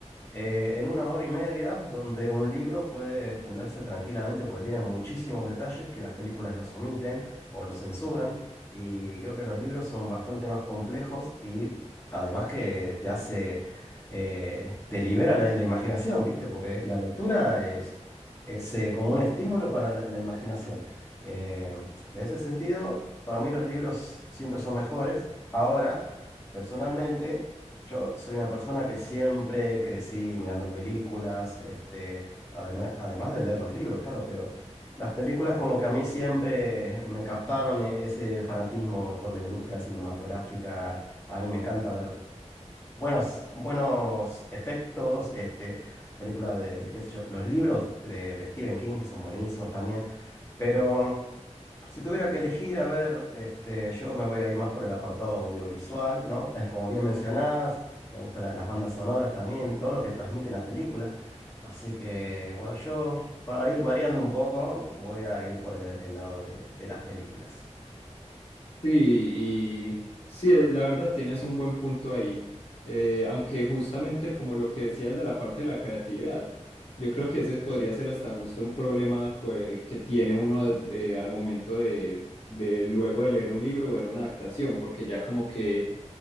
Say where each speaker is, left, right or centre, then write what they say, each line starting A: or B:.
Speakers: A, on the left; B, on the left.
A: eh, en una hora y media, donde un libro puede extenderse tranquilamente porque tiene muchísimos detalles que las películas los omiten o los censuran. Y creo que los libros son bastante más complejos y además que te hace, eh, te libera la, la imaginación, ¿viste? Porque la lectura es, es, eh, como un estímulo para la, la imaginación. Eh, de ese sentido, para mí los libros siempre son mejores. Ahora, personalmente... Yo soy una persona que siempre crecí mirando películas, este, además, además de leer los libros, claro, pero las películas como que a mí siempre me captaron e- ese fanatismo por la industria cinematográfica. A mí me encanta ver buenos, buenos efectos, este, películas de, qué sé yo, los libros de, de Stephen King, que son buenísimos también, pero... Si tuviera que elegir, a ver, este, yo me voy a ir más por el apartado audiovisual, ¿no? Es como bien mencionadas, me gustan la- las bandas sonoras también, todo lo que transmite la película. Así que, bueno, yo para ir variando un poco, voy a ir por el, el lado de, de las películas.
B: Sí, y sí, eh, la verdad tienes un buen punto ahí. Eh, aunque justamente como lo que decías de la parte de la creatividad, yo creo que ese podría ser hasta justo un problema co- eh, que tiene uno eh, al momento de, de luego de leer un libro ver una adaptación, porque ya como que